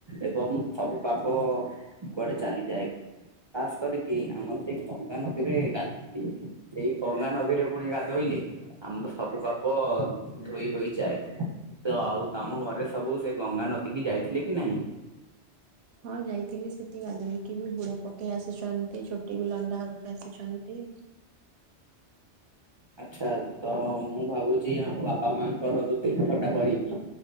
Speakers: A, on the right; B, on the right.
A: ଏବଂ ସବୁ ପାପ ଅ କୁଆଡେ ଚାଲିଯାଏ ଖାସ କରିକି ଆମର ସେଇ ଗଙ୍ଗା ନଦୀରେ ଗାଧନ୍ତି। ସେଇ ଗଙ୍ଗା ନଦୀରେ ପୁଣି ଗାଧୋଇଲେ ଆମର ସବୁ ପାପ ଅ ଧୋଇ ହୋଇଯାଏ ତ ଆଉ ତମ ଘରେ ସବୁ ସେ ଗଙ୍ଗା ନଦୀ କି ଯାଇଥିଲେ କି ନାହିଁ?
B: ହଁ ଯାଇଥିଲି ସେଠି ଗାଧୋଇକି ବି ବୁଡ ପକେଇ ଆସିଚନ୍ତି ଛୋଟି ବି ଲଣ୍ଡା ହଉକି ଆସିଚନ୍ତି।
A: ଆଚ୍ଛା ତ ମୁଁ ଭାବୁଛି ଆମ ବାପା ମାଙ୍କର ଯୋଉ ତୀର୍ଥ ଟା କରିବି